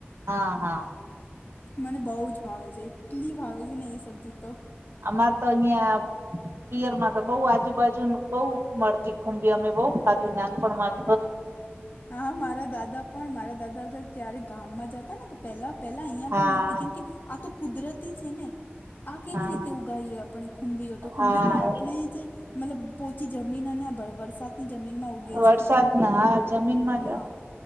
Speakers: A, on the right; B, on the left.
A: હા હા,
B: મને બહુ જ ભાવે છે એટલી ભાવે છે ને એ સબ્જી તો,
A: અમાર તો અહિયાં પિયર માં તો, બઉ આજુબાજુ, બહુ મળતી ખુંબી, અમે બઉ ખાધી નાનપણમાં.
B: હા મારા દાદા પણ મારા દાદા અગર ક્યારે ગામમાં જતા ને તો, પેલા પહેલા અહિયાં
A: હા
B: પણ મળતી કેમ કે આ તો કુદરતી છે ને આ કેવી
A: હા
B: રીતે ઉગાવએ આપણે ખુંબીઓ તો ખુંબીઓ
A: હા
B: તો આપણે જ મતલબ પોચી જમીન અને વરસાદની જમીનમાં
A: વરસાદ
B: છે
A: હા જમીનમાં
B: હા
A: જ